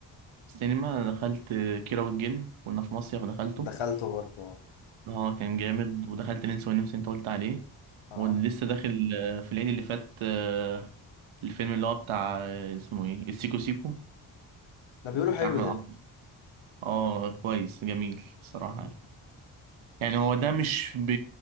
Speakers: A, on the right (about 75°); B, on the left (about 75°).
A: السينما أنا دخلت كيرة والجن كنا في مصيف دخلته
B: دخلته برضه اه
A: اه كان جامد ودخلت ننسى ونمسى انت قلت عليه
B: اه
A: ولسه داخل آه، في العيد اللي فات آه، الفيلم اللي هو بتاع آه، اسمه ايه السيكو سيكو
B: ده بيقولوا
A: بتاع
B: حلو
A: احمد
B: ده
A: عبد اه كويس جميل الصراحة
B: مم.
A: يعني يعني هو ده مش ب